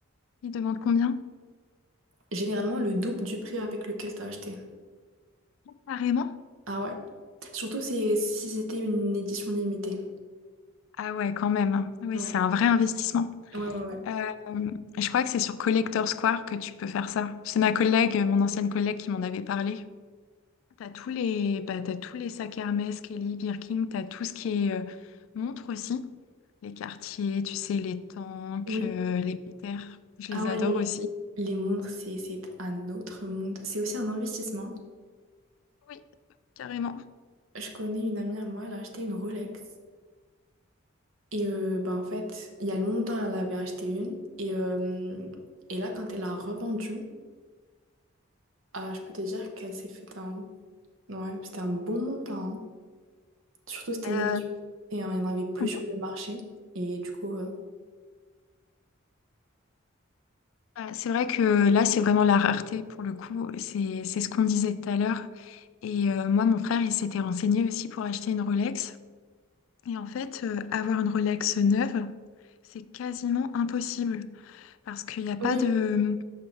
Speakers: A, on the left; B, on the right.
A: Il demande combien?
B: généralement le double du prix avec lequel t'as acheté.
A: Carrément?
B: Ah ouais. Surtout si, si c'était une édition limitée.
A: Ah ouais, quand même. Oui,
B: Ouais,
A: c'est un vrai investissement.
B: ouais, ouais, ouais.
A: Euh, je crois que c'est sur Collector Square que tu peux faire ça. C'est ma collègue, mon ancienne collègue qui m'en avait parlé. T'as tous les, bah, t'as tous les sacs Hermès, Kelly, Birkin, t'as tout ce qui est euh, montre aussi. Les quartiers, tu sais, les tanks,
B: Oui.
A: les Péters. Je les
B: Ah ouais,
A: adore
B: les,
A: aussi.
B: les montres, c'est, c'est un autre monde. C'est aussi un investissement.
A: Oui, carrément.
B: Je connais une amie à moi, elle a acheté une Rolex. Et euh, bah, en fait, il y a longtemps, elle avait acheté une. Et, euh, et là, quand elle a revendu Ah, je peux te dire qu'elle s'est fait un... Ouais, c'était un bon montant. hein. Surtout, c'était
A: Euh,
B: une édition. Et euh, il n'y en avait plus
A: combien
B: sur le marché. Et du coup... euh,
A: Bah, C'est vrai que là, c'est vraiment la rareté pour le coup. C'est, c'est ce qu'on disait tout à l'heure. Et euh, moi, mon frère, il s'était renseigné aussi pour acheter une Rolex. Et en fait, euh, avoir une Rolex neuve, c'est quasiment impossible parce qu'il n'y a pas
B: Oui,
A: de...